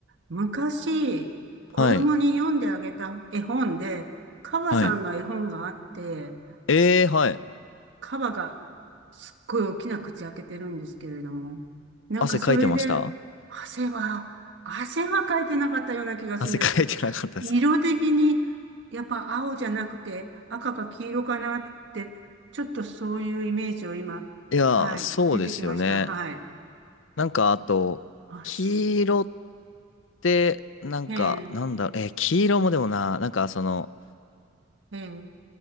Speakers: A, on the right (about 65°); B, on the left (about 75°).
A: 昔、子供に読んであげた絵本で、
B: はい。
A: カバさんの絵本があって、
B: はい。ええ、はい。
A: カバがすっごい大きな口開けてるんですけれども、なんかそれで、
B: 汗かいてました
A: 汗は、汗はかいてなかったような気がするんです。
B: <laughs> 汗かいてなかったですか
A: 色的に、やっぱ青じゃなくて赤か黄色かなって、ちょっとそういうイメージを今、
B: いやー、
A: はい、
B: そうですよね。
A: 出てきました。はい。
B: なんか、あと、
A: あ、
B: 黄色っ
A: す
B: て、なんか、
A: ええ、
B: なんだろう、えー黄色もでもな、なんか、その、
A: ええ。